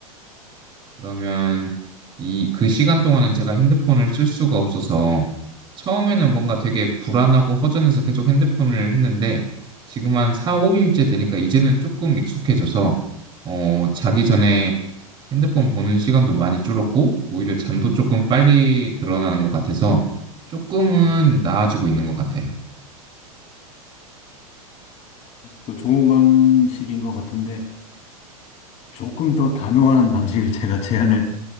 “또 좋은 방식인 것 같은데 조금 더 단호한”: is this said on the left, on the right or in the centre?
Left